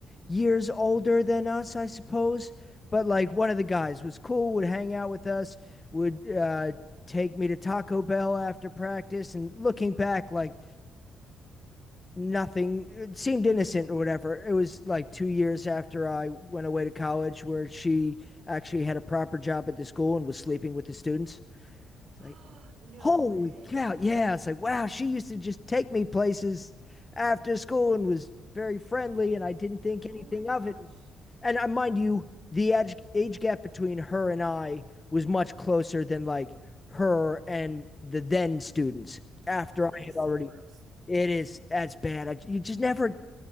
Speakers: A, on the left; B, on the right.
A: years older than us, I suppose. But like one of the guys was cool, would hang out with us, would uh, take me to Taco Bell after practice. And looking back, like nothing it seemed innocent or whatever. It was like two years after I went away to college where she actually had a proper job at the school and was sleeping with the students. It's
B: Oh,
A: like,
B: no
A: holy
B: way.
A: cow. Yeah. It's like, wow, she used to just take me places after school and was very friendly. And I didn't think anything
B: Oh my gosh.
A: of it and uh, mind you, the age age gap between her and I was much closer than like her and the then students. After
B: Oh, that
A: I
B: is
A: had already,
B: so gross.
A: it is as bad. I, you just never